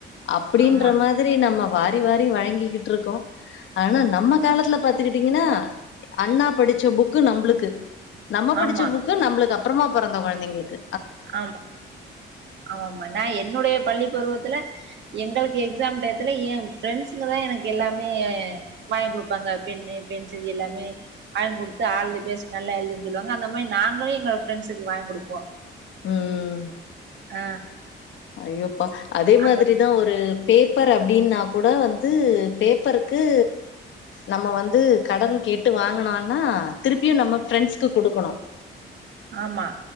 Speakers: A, on the left; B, on the right.
A: அப்டின்ற
B: ஆமா
A: மாதி க்றி நம்ம வாரி வாரி வழங்கிக்கிட்ருக்கோ ஆனா நம்ம காலத்துல பாத்துக்கிட்டு த்தீங்கனா அண்ணா படிச்ச புக்கு நம்பளுக்கு நம்ம படிச்ச
B: ஆமா
A: புக் க்கு நம்பளுக்கு அப்பறமா பெறந்த கொழந்தைங்களுக்கு
B: ஆமா ஆமாம்மா நா என்னுடைய பள்ளி பருவத்துல எங்களுக்கு எக்ஸாம் டயத்துல எ ஃப்ரெண்ட்ஸுங்க தா எனக்கு எல்லாமே வாங்கி குடுப்பாங்க பெண்ணு பென்சிலு எல்லாமே வாங்கி குடுத்து ஆல் தி பெஸ்ட் நல்லா எழுதின் சொல்லுவாங்க அந்த மாயி நாங்களு எங்க ஃப்ரெண்ஸுக்கு வாங்கி குடுப்போ
A: ம்
B: ஆ
A: ஐயோப்பா அதே மாதிரிதா
B: அந்த
A: ஒரு பேப்பர் அப்டின்னா கூட வந்து பேப்பருக்கு நம்ம வந்து கடன் கேட்டு வாங்குனோனா திருப்பியு நம்ம பிரஃரெண்ட்ஸ்க்கு குடுக்கணு
B: ஆமா